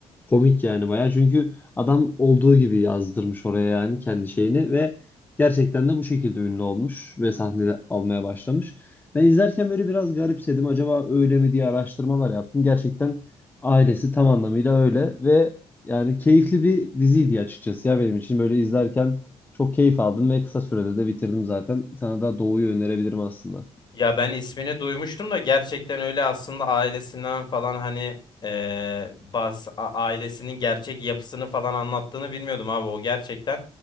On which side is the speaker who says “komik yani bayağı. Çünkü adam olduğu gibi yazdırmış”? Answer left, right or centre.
Left